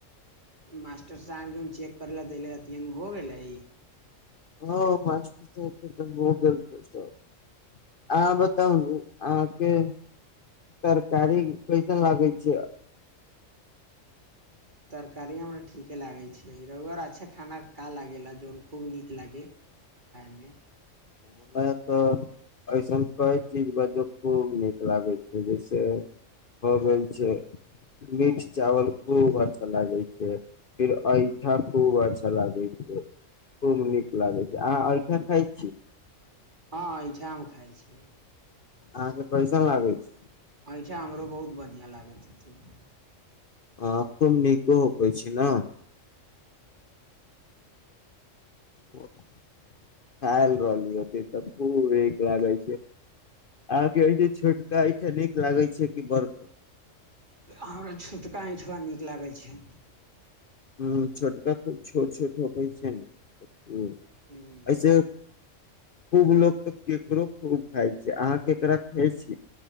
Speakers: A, on the right; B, on the left.
A: मास्टर साहेब जौन चेक करै लाए देलै हथिन हो गेलै
B: हँ मास्टर साहब के तऽ भ गेल छै अहाँ बताउ अहाँके तरकारी कैसन लागे छै
A: तरकारी हमरा ठीके लागै छै रौआ रा अच्छा खाना का ला गेला जौन खूब नीक लागै खाईमे
B: हमरा तऽ ऐसन कै चीज बजू खूब नीक लागै छै जैसे हो गेल छै मीट चावल खूब अच्छा लागै छै फेर ऐंठा खूब अच्छा लागै छै खूब नीक लागै छै अहाँ ऐंठा खाइ छी
A: हँ ऐंठा हम खाइ छियै
B: अहाँके कैसन लागै छै
A: ऐंठा हमरो बहुत बढ़िआँ लागै छथिन
B: हँ खूब नीको होइ छै न खाइ रहली ओते तऽ खूब नीक लागै छै अहाँके एहिजें छोटका ऐंठा नीक लागै छै की बड़का
A: हमरा छोटका ऐंठाबा नीक लागै छै
B: हूँ छोटका खूब छोट छोट होवै छै न हूँ एहिसे
A: हूँ
B: खूब लोक तऽ केकरो खूब खाय छै अहाँ केकरा खाय छी